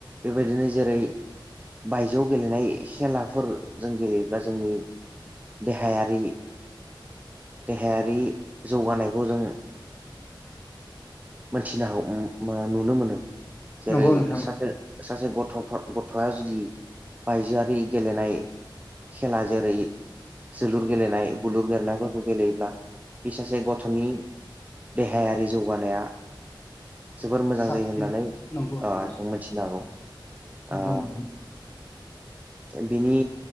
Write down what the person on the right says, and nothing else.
बेबायदिनो जेरै बायजोआव गेलेनाय खेलाफोर जों गेलेयोब्ला जोंनि देहायारि देहायारि जौगानायखौ जों मोनथिनो हागो उम नुनो मोनो जेरै
सासे
सासे गथ'फो गथ'आ जुदि बायजोआरि गेलेनाय खेला जेरै जोलुर गेलेनाय बुलुर गेलेनायफोरखौ गेलेयोब्ला बिसासे गथ'नि देहायारि जौगानाया जोबोर मोजां
जायो होननानै ओ
एखौ मोनथिनो हागौ।
ओ
बिनि